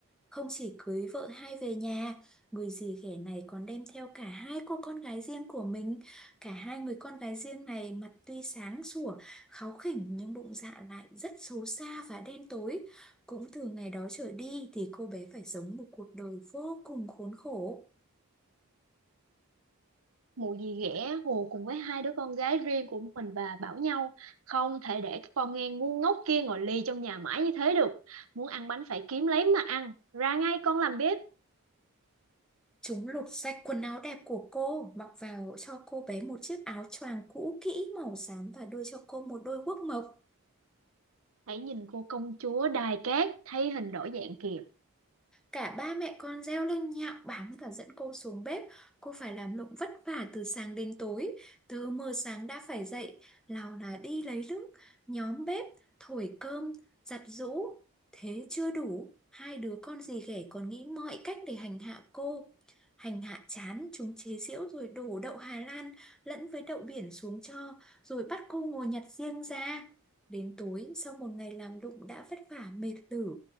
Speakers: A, in the centre; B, on the right (about 70°).
A: Không chỉ cưới vợ hai về nhà, người dì ghẻ này còn đem theo cả hai cô con gái riêng của mình. Cả hai người con gái riêng này mặt tuy sáng sủa, kháu khỉnh nhưng bụng dạ lại rất xấu xa và đen tối. Cũng từ ngày đó trở đi thì cô bé phải sống một cuộc đời vô cùng khốn khổ.
B: mụ dì ghẻ hùa cùng với hai đứa con gái riêng của mình và bảo nhau không thể để cái con nghe ngu ngốc kia ngồi lì trong nhà mãi như thế được muốn ăn bánh phải kiếm lấy mà ăn ra ngay con làm bếp
A: Chúng lột sạch quần áo đẹp của cô, mặc vào cho cô bé một chiếc áo choàng cũ kỹ màu xám và đưa cho cô một đôi guốc mộc.
B: hãy nhìn cô công chúa đài cát thay hình đổi dạng kìa
A: Cả ba mẹ con reo lên nhạo báng và dẫn cô xuống bếp. Cô phải làm lụng vất vả từ sáng đến tối. Từ mờ sáng đã phải dậy, nào là đi lấy nước, nhóm bếp, thổi cơm, giặt giũ. Thế chưa đủ, hai đứa con dì ghẻ còn nghĩ mọi cách để hành hạ cô. Hành hạ chán, chúng chế giễu rồi đổ đậu Hà Lan lẫn với đậu biển xuống cho, rồi bắt cô ngồi nhặt riêng ra. Đến tối, sau một ngày làm lụng đã vất vả mệt lử,